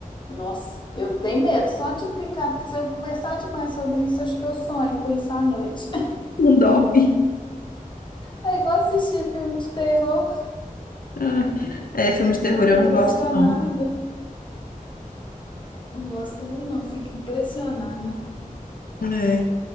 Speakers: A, on the left (about 35°); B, on the left (about 75°).
A: Nossa, eu tenho medo só de picar, porque se eu conversar demais sobre isso, acho que eu sonho com isso à noite. <laughs>
B: Não dorme.
A: É igual assistir filme de terror,
B: Ai, É, filme
A: eu
B: de terror
A: fico
B: eu
A: impressionada.
B: não gosto, não.
A: Não gosto também não, fico impressionada.
B: É.